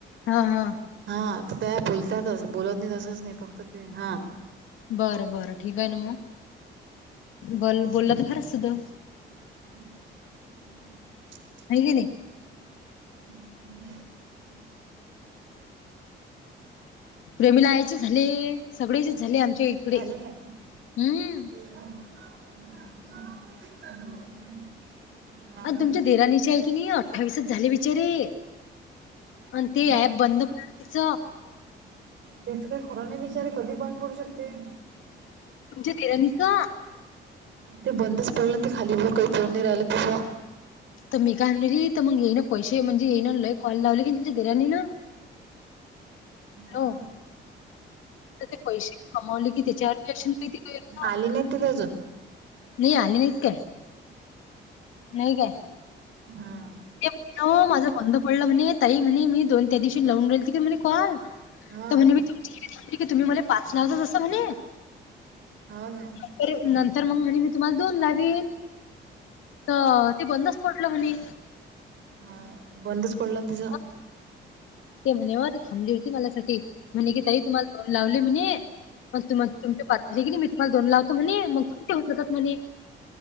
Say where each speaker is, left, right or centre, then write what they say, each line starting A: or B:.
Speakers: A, on the left; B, on the right.
A: हा हा.
B: हा, तर त्या बोलतातच बोलत नाही तसच नाही फक्त ते हा.
A: बरं बरं, ठीक आहे ना मग, बल बोलला तर फारच सुद्धा.
B: <inaudible>
A: व्हय का नाही.
B: <inaudible>
A: प्रेमीला यायचे झाले, सगळे्याचे झाले आमच्या इकडे
B: झाले काय
A: हम्म.
B: <unintelligible> हा
A: अ
B: ना
A: तुमच्या देराणीची आहे की नाही, अठ्ठावीसच झाले बिचारे. अं ते ॲप
B: हा
A: बंद मातीच.
B: तेच काही खरं नाही, बिचारे कधी बंद पडू शकते.
A: तुमच्या, तेरानी का.
B: ते बंदच पडलं ते, खाली भर काही पोऊन नाही राहिलं तसं.
A: तर मी काय म्ह र तर, मग येई ना पैसे म्हणजे येई ना लय कॉल लावले किी तुच्या धराांनी ना.
B: हा.
A: हो ते पैसे कमावले, की त्याच्याआत लक्ष्मी. <unintelligible>
B: आली नाही तिला अजून.
A: नाही आली नाहीत काय नाही काय
B: हा.
A: ते म्ह माझं बंद पडलं, म्हणे ताई म्हणे मी दोन त्या दिवशी लावून राहिल त की म्हणे कॉल.
B: हा
A: तर म्हण मी तुम सांगते की, तुम्ही मला पाच नावच जसं म्हणे.
B: हाव ना.
A: तरी नंतर मंग म्हणे मी तुम्हाला दोन लाविन तर ते बंदच पटलं होणे.
B: हा बंदच पडलं ना तिजा
A: मग ते म्हणेवा ते थब होती मला. टी म्हणे कि ताई तुम्हाला दोन लावले म्हणे तुम तुमचे पात तरी की नी मी तुम्हाला दोन लावतो म्हणे मग होत..